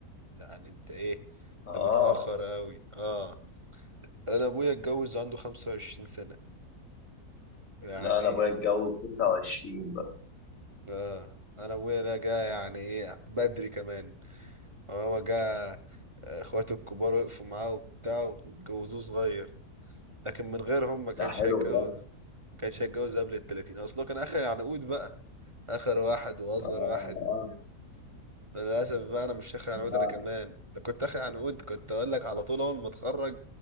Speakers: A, on the right (about 30°); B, on the left (about 55°).
A: يعني انت ايه
B: اه
A: انت متاخر قوي اه انا ابويا اتجوز عنده 25 سنه يعني
B: لا انا ابويا اتجوز 29 بقى
A: آه انا ابويا ده جه يعني ايه بدري كمان هو جه آه، اخواته الكبار وقفوا معاه وبتاع واتجوزوه صغير لكن من غيرهم ما كانش
B: ده حلو
A: هيتجوز
B: ده
A: ما كانش هيتجوز قبل التلاتين اصله كان اخر عنقود بقى اخر واحد واصغر
B: اه
A: واحد
B: اه
A: للاسف بقى انا مش اخر عنقود
B: آه،
A: انا كمان لو كنت اخر عنقود كنت اقول لك على طول اول ما اتخرج